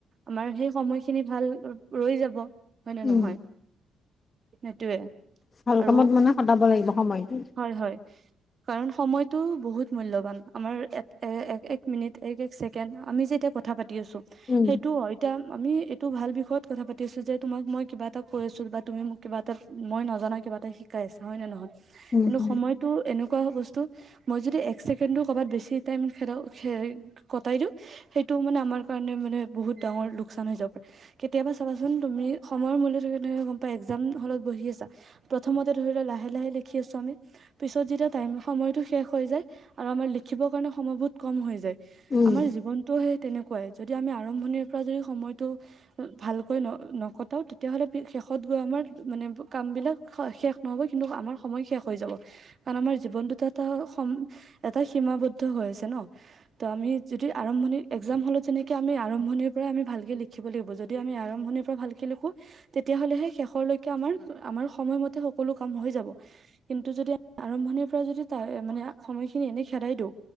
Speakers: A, on the right (about 50°); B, on the left (about 35°).
A: আমাৰ সেই সময়খিনি ভাল ৰৈ যাব হয় নে
B: উম
A: নহয় সেইটোৱে
B: ভাল
A: আৰু
B: কামত মানে কটাব লাগিব সময়টো
A: <unintelligible> কাৰণ সময়তটো বহুত মূল্যৱান আমাৰ এক মিনিট এক এক আমি যে এতিয়া কথা পাতি আছো
B: উম
A: সেইটো হয় এতিয়া আমি তো ভাল বিষয়ত কথা পাতিছো যে তোমাক মই কিবা এটা কৰিছো বা তুমি মোক কিবা এটা মই নজনাাই কিবা এটা শিকাই হয় নে নহয়
B: উম
A: কিন্তু
B: উম
A: সময়তো এনেকুৱা বস্তু ত' মই যদি এক ছেকেণ্ডো কৰবাত বেছি টাইম খেলা খ কটাই দিও সেইটো মানে আমাৰ কাৰণে মানে বহুত ডাঙৰ লোকচান হৈ যাব পাৰে কেতিয়াবা চাবাচোন তুমি সময়ৰ মূল্য ধৰি ল গম পাই এক্জাম হলত বহি আছা প্ৰথমতে ধৰি ল লাহে লাহে লিখি আছো আমি পিছত যেতিয়া টাইম সময়তটো শেষ হৈ যায় আৰু আমাৰ লিখিবৰ কাৰণে সময় বহুত কম হৈ যায়
B: উম
A: আমাৰ জীৱনতটো সেই তেনেকুৱাই যদি আমি আৰম্ভণিৰ পৰা যদি সময়তটো ভালকৈ ন নকটাও তেতিয়া হ'লে শষত গ আমাৰ মানে কাম বিলাক শেষ নহ'ব কিন্তু আমাৰ সময় শেষ হৈ যাব কাৰণ আমাৰ জিৱ এটা এটা সীমাবদ্ধ হৈ আছে ন ত আমি যদি আৰম্ভণি এক্জাম হলত যেনেকে আমি আৰম্ভণিৰ পৰা আমি ভালকে লিখিব লাগিব যদি আমি আৰম্ভণিৰ পৰা ভালকে তেতিয়া হলে শেষলৈকে আমাৰ আমাৰ সময়ম মতে সকলো কাম হৈ যাব কিন্তু য আৰম্ভণিৰ পৰা যদি তাই মানে সময়খিনি এনেই খেদাই দিওঁ